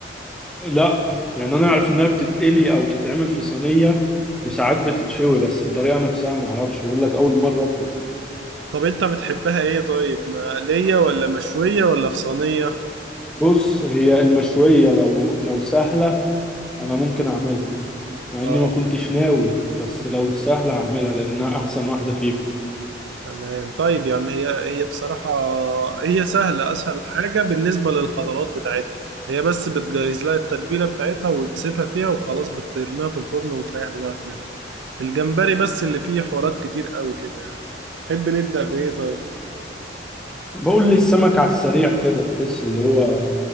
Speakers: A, in the centre; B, on the right.
A: لا يعني انا اعرف انها بتتقلي او تتعمل في صينيه وساعات بتتشوي بس الطريقه نفسها ما اعرفش بقول لك اول مره اطبخ
B: طب أنت بتحبها إيه طيب؟ مقلية ولا مشوية ولا في صينية؟
A: بص هي المشويه لو لو سهله انا ممكن اعملها مع اني
B: آه
A: ما كنتش ناوي بس لو سهله هعملها لانها احسن واحده فيهم
B: تمام طيب يا عم هي هي بصراحة هي سهلة أسهل حاجة بالنسبة للخطوات بتاعتها هي بس بتجهز لها التتبيلة بتاعتها وتسيبها فيها وخلاص بترميها في الفرن وتريح دماغك منها الجمبري بس اللي فيه حوارات كتير قوي كده يعني تحب نبدأ بإيه طيب
A: بقول لي السمك على السريع كده بحس اللي هو